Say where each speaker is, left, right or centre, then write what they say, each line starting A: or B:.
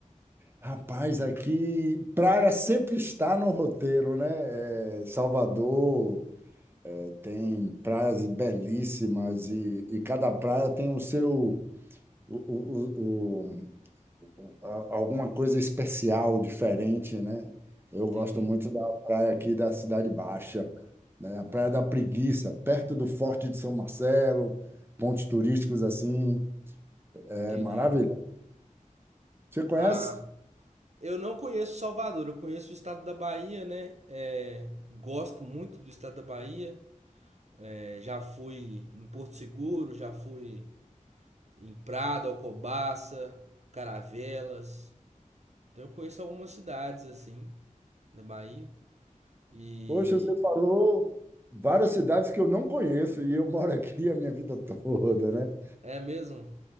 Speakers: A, on the right; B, on the right.
A: Rapaz, aqui praia sempre está no roteiro, né? É, Salvador é, tem praias belíssimas e, e cada praia tem o seu o, o, o- a- alguma coisa especial, diferente, né? Eu
B: Entendi,
A: gosto muito da praia aqui da Cidade Baixa, né? A Praia da Preguiça, perto do Forte de São Marcelo, pontos turísticos assim, é
B: entendi.
A: maravilhoso. Você conhece?
B: Ah, eu não conheço Salvador, eu conheço o estado da Bahia, né? É, gosto muito do estado da Bahia. É, já fui em Porto Seguro, já fui em Prado, Alcobaça, Caravelas. Então eu conheço algumas cidades assim da Bahia. E
A: Poxa, você falou várias cidades que eu não conheço e eu moro aqui a minha vida toda, né?
B: é mesmo?